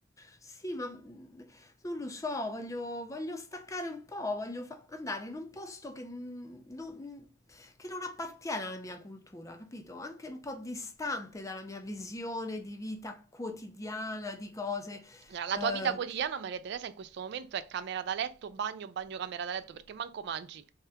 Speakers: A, on the left; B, on the right.
A: sì, ma non lo so, voglio, voglio staccare un po', voglio fa- andare in un posto che non, che non appartiene alla mia cultura, capito? Anche un po' distante dalla mia visione di vita quotidiana, di cose.
B: Cioè, La
A: eh,
B: tua vita quotidiana, Maria Teresa, in questo momento è camera da letto, bagno, bagno, camera da letto, perché manco mangi.